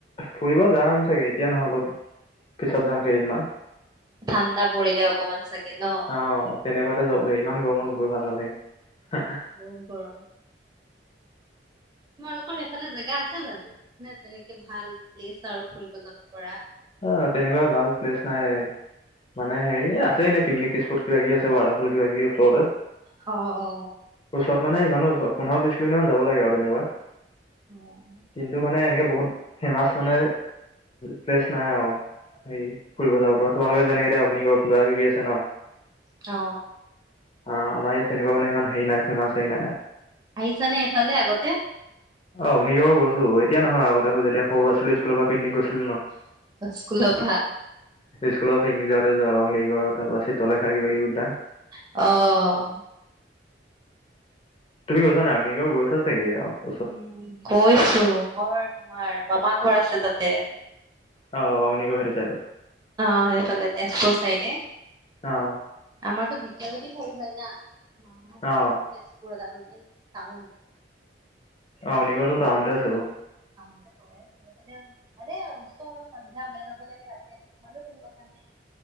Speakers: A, on the left; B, on the right.
A: ফুৰিব যাম চাগে। এতিয়া নহয়। অলপ, পিছত যাম, কেইদিনমান
B: ঠাণ্ডা পৰিলেওক। অকমান চাগে ন?
A: অ তেনেকুৱাতে যাব লাগে। ইমান গৰমত গৈ ভাল নালাগে।
B: বন কৰা। তোমালোকৰ এইফালে জেগা আছে জানো? নে, তেনেকে ভাল প্লেচ আৰু ফুৰিব যাব পৰা।
A: অ', তেনেকুৱা ভাল প্লেচ নাই। মানে হেৰি আছে এনে পিকনিক স্পট কিবা কিবি আছে ৱাটাৰফল কিবা কিবি ওচৰতে
B: অ অ
A: ওচৰত মানে ইমানো পোন্ধৰ বিশছ কিলোি মানাব লাগে আৰু তেনেকুৱা
B: অ'।
A: কিন্তু মানে এনেকে বহুত ফেমাচ মানে প্লেচ নাই অ হে ফুৰিব যাব পৰা তোমালোকে যেনেকে দে আপুনি কিবা কিবি আছে ন
B: অ
A: আহ আমাৰ ইয়াত তেনেকুৱা মানে ইমান হেৰি নাই ফেমাচ হে নাই
B: আহিছানে এইফালে আগতে
A: অগ্নিগড়ৰ গৈছো এতিয়া নহয় আগতে যেতিয়া সৰু আছিলো স্কুলৰ পৰা পিকনিক গৈছিলো ন
B: স্কুলৰ পৰা
A: স্কুলৰ পিকনিক যাওঁতে যোৱা নিগ তাৰ চিত্ৰ লেখা কিবা কিবি উদ্যান
B: অ
A: তুমি গৈছা ন আমনি গাওঁ গৈছা চাগে ও
B: উম' গৈছোঁ মই তোমাৰ মামা ঘৰ আছে তাতে।
A: অ' অগ্নিগড় এইটো চাইডত।
B: অ' সেই ফালে তেজপুৰ চাইডে।
A: অ'।
B: আমাৰতো ঢেকীয়া গজীপৰি যায় না ঘৰত
A: অ
B: তেজপুৰত আৰু মেইন টাউন।
A: অ' নিগৰত টাউনতেযাবো। <unintelligible>
B: টাউনতে পঢ়ে সেইফালে ভালেই আৰু ওচৰ সন্ধিয়া ওলাই যাব লাগে ৰাতি-ৰাতি সোমালেও কোনো কথা নাই।